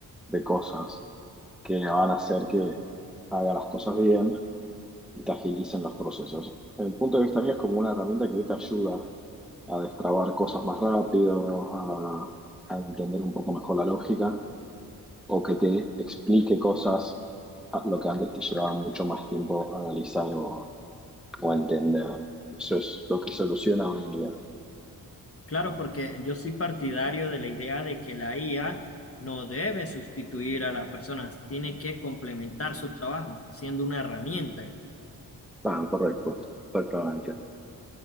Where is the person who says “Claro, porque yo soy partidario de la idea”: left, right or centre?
Left